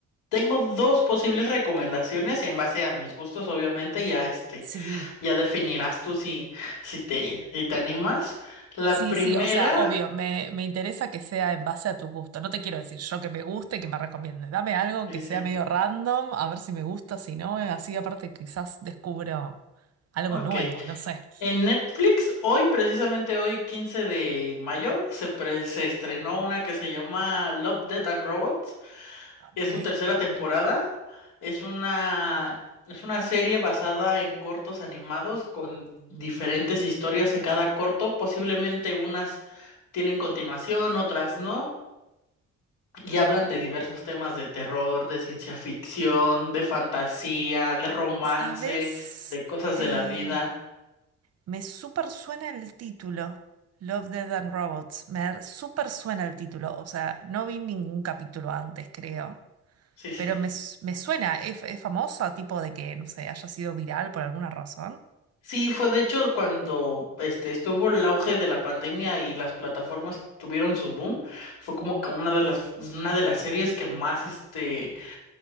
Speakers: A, on the left; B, on the right.
A: tengo dos posibles recomendaciones en base a mis gustos, obviamente, ya este,
B: Sí.
A: ya definirás tú si, si te, si te animas. La
B: Sí,
A: primera,
B: sí, o sea, obvio, me, me interesa que sea en base a tus gustos. No te quiero decir yo que me guste, que me recomiendes. Dame algo
A: dice,
B: que sea medio random, a ver si me gusta, si no, eh, así aparte quizás descubro algo
A: ok,
B: nuevo, no sé.
A: en Netflix, hoy, precisamente hoy, 15 de mayo, se, pre- se estrenó una que se llama Love, Death and Robots.
B: Ok.
A: Es su tercera temporada. Es una, es una serie basada en cortos animados con diferentes historias en cada corto. Posiblemente unas tienen continuación, otras no. Y hablan de diversos temas de terror, de ciencia ficción, de fantasía, de romance,
B: ¿Sabes?
A: de cosas
B: Eh,
A: de la vida.
B: me súper suena el título, Love, Death and Robots. Me súper suena el título, o sea, no vi ningún capítulo antes, creo.
A: Sí, sí.
B: Pero me, s- me suena, es, es famosa, tipo de que, no sé, haya sido viral por alguna razón.
A: Sí, fue de hecho cuando este estuvo el auge de la pandemia y las plataformas tuvieron su boom, fue como que una de las una de las series que más este